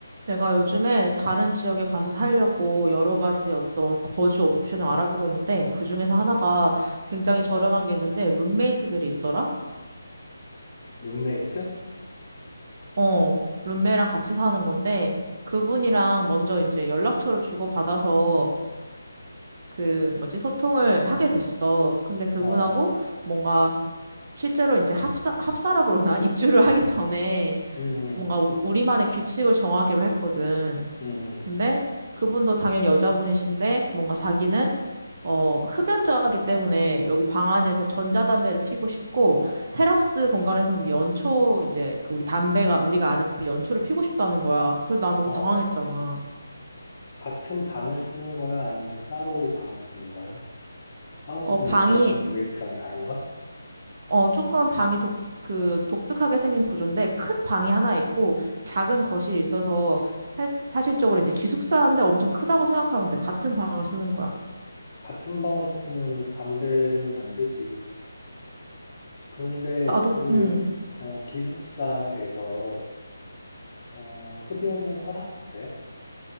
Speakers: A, on the right; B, on the left.
A: 내가 요즘에 다른 지역에 가서 살려고 여러 가지 어떤 거주 옵션을 알아보고 있는데 그중에서 하나가
B: 음,
A: 굉장히 저렴한 게 있는데 룸메이트들이 있더라?
B: 룸메이트?
A: 어, 룸메랑 같이 사는 건데 그분이랑 먼저 이제 연락처를 주고받아서 그 뭐지 소통을 하게 됐어. 근데 그분하고
B: 어,
A: 뭔가 실제로 이제 합사, 합사라 그러나 <laughs> 입주를 하기 전에
B: 음, 음,
A: 뭔가 우- 우리만의 규칙을 정하기로 했거든.
B: 음,
A: 근데
B: 음.
A: 그분도 당연히 여자분이신데 뭔가 자기는 어, 흡연자이기 때문에 여기 방 안에서 전자담배를 피고 싶고 테라스 공간에서는 연초 이제 그 우리 담배가 우리가 아는 그 연초를 피고 싶다는 거야. 그래서 난 너무
B: 어,
A: 당황했잖아.
B: 같은 방을 쓰는 거야? 아니면 따로 방을 쓰는 거야? 하우스메이트랑
A: 어, 방이
B: 룸메이트랑 다른가?
A: 어, 조금 방이 독, 그 독특하게 생긴 구조인데 큰 방이 하나 있고 작은 거실이 있어서 사, 실적으로 이제 기숙사인데 엄청 크다고 생각하면 돼. 같은 방을 쓰는 거야.
B: 같은 방을 쓰면 담배는 안 되지. 근데
A: 나도
B: 그,
A: 음.
B: 어, 기숙사에서, 어, 흡연이 허락돼?